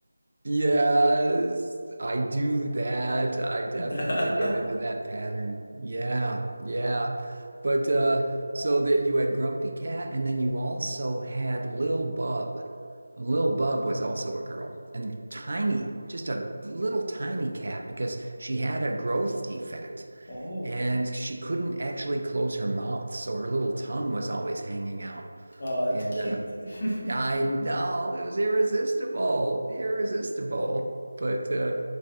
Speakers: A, on the right (about 60°); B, on the left (about 40°).
A: Yes, I do that. I definitely
B: <laughs>
A: get into that pattern. Yeah, yeah. But uh so that you had Grumpy Cat and then you also had Lil Bub. And Lil Bub was also a girl and tiny, just a little tiny cat because she had a growth defect
B: Oh,
A: and she couldn't actually close her mouth, so her little tongue was always hanging out.
B: oh, that's
A: And
B: cute.
A: uh, I
B: <laughs>
A: know it was irresistible, irresistible. But uh,